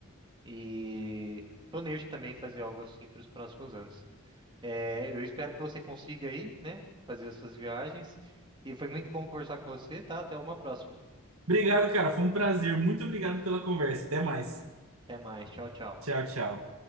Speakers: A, on the right; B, on the right.
A: e planejo também fazer algo assim para os próximos anos. É, eu espero que você consiga aí, né? Fazer as suas viagens. E foi muito bom conversar com você, tá? Até uma próxima.
B: Obrigado, cara. Foi um prazer. Muito obrigado pela conversa. Até mais.
A: Até mais. Tchau, tchau.
B: Tchau, tchau.